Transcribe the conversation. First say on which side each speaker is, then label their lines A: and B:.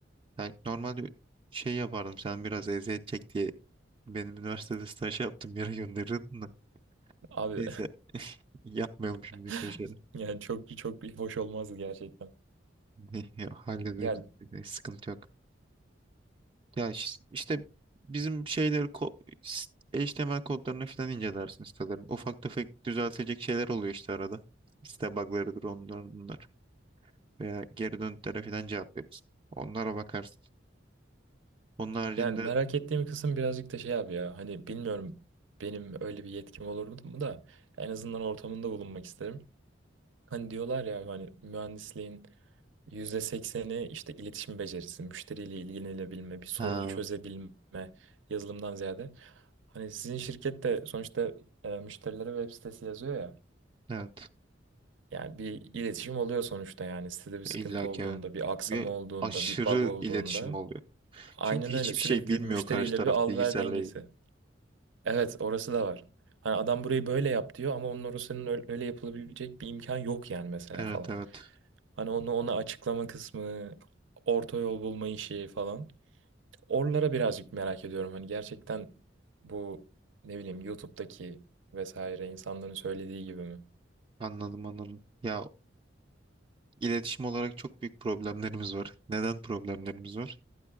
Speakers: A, on the right; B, on the right.
A: Yani normalde şey yapardım sen biraz eziyet çek diye benim üniversitede staj yaptım yere gönderirdin de.
B: Abi
A: Neyse yapmayalım
B: <laughs>
A: şimdi öyle şeyler.
B: yani çok çok bir hoş olmazdı gerçekten.
A: <laughs> Ya, Hallederiz
B: Yani,
A: sıkıntı yok. Ya iş- işte bizim şeyleri ko s- HTML kodlarını falan incelersin sitelerin. Ufak tefek düzeltecek şeyler oluyor işte arada. Site bug'larıdır onlar bunlar. Veya geri dönütlere falan cevap veririz. Onlara bakarsın. Onun haricinde
B: yani merak ettiğim kısım birazcık da şey abi ya. Hani bilmiyorum benim öyle bir yetkim olur mu da en azından ortamında bulunmak isterim. Hani diyorlar ya hani mühendisliğin yüzde sekseni işte iletişim becerisi, müşteriyle ilgilenebilme, bir sorunu
A: ha
B: çözebilme yazılımdan ziyade. Hani sizin şirket de sonuçta e, müşterilere web sitesi yazıyor ya.
A: evet.
B: Yani bir iletişim oluyor sonuçta yani sitede bir sıkıntı
A: İlla
B: olduğunda,
A: ki evet.
B: bir aksama
A: Ve
B: olduğunda,
A: aşırı
B: bir bug olduğunda.
A: iletişim oluyor.
B: Aynen
A: Çünkü
B: öyle
A: hiçbir
B: sürekli
A: şey bilmiyor
B: müşteriyle
A: karşı taraf
B: bir al-ver
A: bilgisayarla
B: dengesi.
A: ilgili.
B: Evet orası da var. Hani adam burayı böyle yap diyor ama onun orasının öyle, öyle yapılabilecek bir imkan yok yani mesela
A: Evet
B: falan.
A: evet
B: Hani onu ona açıklama kısmı, orta yol bulma işi falan. Oralara birazcık merak ediyorum. Hani gerçekten bu ne bileyim YouTube'daki vesaire insanların söylediği gibi mi?
A: anladım anladım. Ya iletişim olarak çok büyük problemlerimiz var. Neden problemlerimiz var?